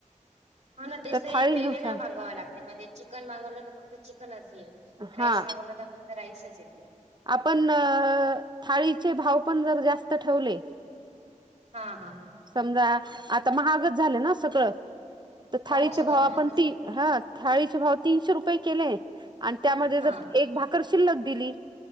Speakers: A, on the right; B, on the right.
A: ह ना तेस
B: त्या
A: एक
B: थाळीनुसार
A: वेगवेगळ मागाव लागते म्हणजे चिकन मागवलं तर फक्त चिकन येईल राईस
B: हा
A: मा मागवला तर फक्त राईसच ये
B: आपण थाळीचे भाव पण जर जास्त ठेवले.
A: हा हा
B: समजा आता महागच झालं ना सगळं तर थाळीचे
A: हो सगळं
B: भाव
A: महागच
B: आपण ती
A: आहे
B: हा थाळीचे भाव तीनशे रुपये केले आणि त्यामध्ये
A: हा
B: जर एक भाकर शिल्लक दिली